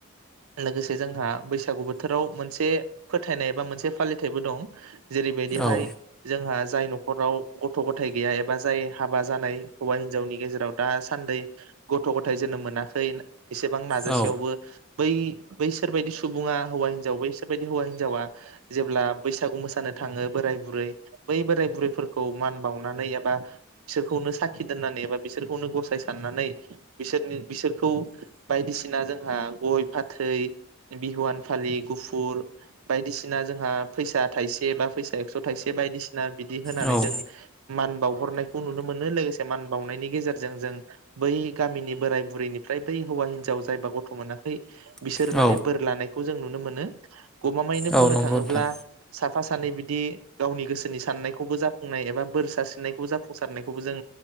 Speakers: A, on the right; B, in the centre.
A: लोगोसे जोंहा बैसागु बोथोराव मोनसे फोथायनाय एबा मोनसे फालिथायाइबो दं। जेरैबायदिहाय
B: औ
A: जोंहा जाय नखराव गथ' गथाय गैया एबा जाय हाबा जानाय हौवा हिनजावनि गेजेराव दा सान्दै गथ'गथाय जोनोम मोनाखै एसेबां नाजासेयावबो
B: औ
A: बै बैसोरबायदि सुबुङा हौवा हिनजाव बैसोरबायदि हौवा हिनजावा जेब्ला बैसागु मोसानो थाङो बोराय बुरै बै बोराय बुरैफोरखौ मान बावनानै एबा बिसोरखौनो साखि दोननानै एबा बिसोरखौनो गसाय साननानै बिसोरनि बिसोरखौ बायदिसिना जोंहा गय फाथै बिहुवान फालि गुफुर बायदिसिना जोंहा फैसा थाइसे बा फैसा एक्स थाइसे बायदिसि ना बिदि होनानै
B: औ
A: जों मान बावहरनायखौ नुनो मोनो लोगोसे मान बावनायनि गेजेरजों जों बै गामिनि बोराय बुरैनिफ्राय बै हौवा हिनजाव जायबा गथ' मोनाखै बिसोर
B: औ
A: माने बोर लानाय खौ जों नुनो मोनो गमामायैनो
B: औ
A: बुंनो
B: नंगौ
A: थाङोब्ला
B: नोंथां
A: साफा साफ सानै बिदि गावनि गोसोनि साननायखौबो जाफुंनाय एबा बोरसा सिननायखौबो जाफुंसारनायखौबो जों